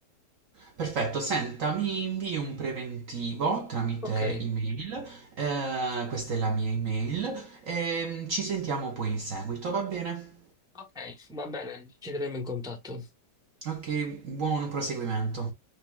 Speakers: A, on the right; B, in the centre.
A: Perfetto, senta, mi invii un preventivo tramite
B: Ok,
A: email, ehm, questa è la mia email, e ci sentiamo poi in seguito, va bene?
B: ok, va bene, ci terremo in contatto
A: Ok, buon proseguimento.